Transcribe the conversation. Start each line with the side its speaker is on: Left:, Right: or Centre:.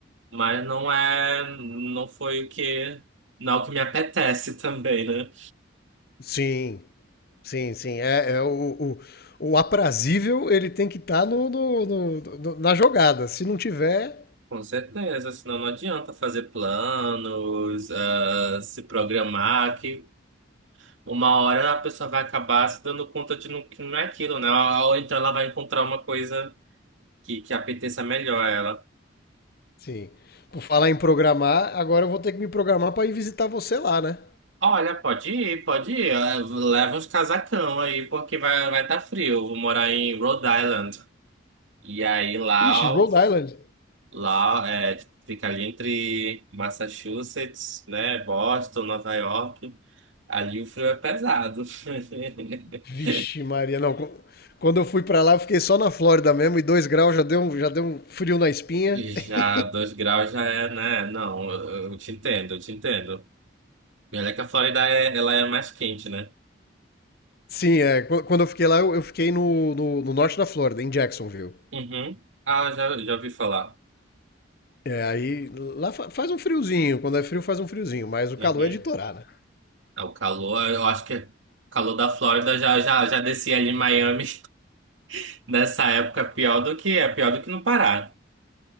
Right: mas não é, não foi o que, não é o que me apetece <laughs> também, né?
Left: Sim, sim, sim. É, é o, o, o aprazível, ele tem que estar no, no- no- no- na jogada. Se não tiver,
Right: Com certeza, senão não adianta fazer planos, ah, se programar, que uma hora a pessoa vai acabar se dando conta de não, que não é aquilo, né? Ou então ela vai encontrar uma coisa que, que apeteça melhor a ela.
Left: sim. Por falar em programar, agora eu vou ter que me programar para ir visitar você lá, né?
Right: Olha, pode ir, pode ir. Eh, Leva uns casacão aí, porque vai vai tá frio. Eu vou morar em Rhode Island. E aí lá,
Left: Ixi, Rhode
Right: o-
Left: Island.
Right: lá é, tipo, fica ali entre Massachusetts, né? Boston, Nova York. Ali o frio é pesado. <laughs>
Left: Vixe, Maria, não. qu- Quando eu fui para lá, eu fiquei só na Flórida mesmo e dois graus já deu, um- já deu um frio na espinha.
Right: E já
Left: <laughs>
Right: dois graus já é, né? Não, eu, eu te entendo, eu te entendo. E olha que a Flórida é, ela é mais quente, né?
Left: Sim, é. qu- Quando eu fiquei lá, eu eu fiquei no, no, no norte da Flórida, em Jacksonville.
Right: Uhum. Ah, já, já ouvi falar.
Left: É, aí lá fa- faz um friozinho, quando é frio faz um friozinho, mas o
Right: Uhum.
Left: calor é de torar, né?
Right: Ah, o calor, eu acho que o calor da Flórida já, já, já descia ali em Miami <laughs> nessa época, é pior do que é, pior do que no Pará.